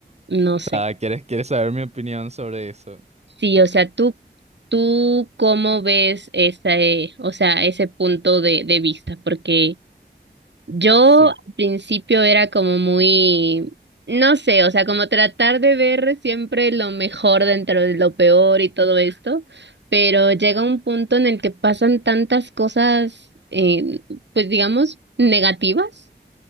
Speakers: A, on the right (about 75°); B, on the right (about 35°).
A: No
B: O
A: sé.
B: sea, ¿quieres, quieres saber mi opinión sobre eso?
A: Sí, o sea, tú, tú cómo ves ese, o sea, ese punto de, de vista, porque yo
B: Siempre.
A: al principio era como muy, no sé, o sea, como tratar de ver siempre lo mejor dentro de lo peor y todo esto, pero llega un punto en el que pasan tantas cosas, eh, pues digamos, negativas,